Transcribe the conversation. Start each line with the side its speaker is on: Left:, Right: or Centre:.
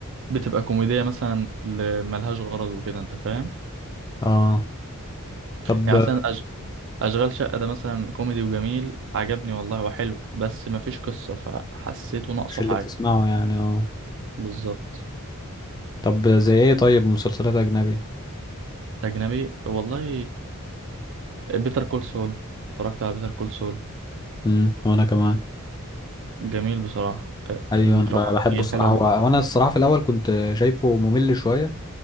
Right: بتبقى كوميدية مثلا اللي ملهاش غرض وكده انت فاهم
Left: اه طب
Right: يعني
Left: آه،
Right: مثلا أش... اشغال شقة ده مثلا كوميدي وجميل عجبني والله وحلو بس ما فيش قصة فحسيته ناقصه
Left: مش اللي
Right: حاجة
Left: تسمعه يعني اه
Right: بالظبط
Left: طب زي ايه طيب مسلسلات اجنبي
Right: اجنبي والله بيتر كول سول اتفرجت على بيتر كول سول
Left: امم وانا كمان
Right: جميل بصراحة آه،
Left: ايوه
Right: الدراما
Left: انا ب- بحبه
Right: فيه
Left: الصراحه
Right: حلوة جدا
Left: و- وانا الصراحه في الاول كنت شايفه ممل شويه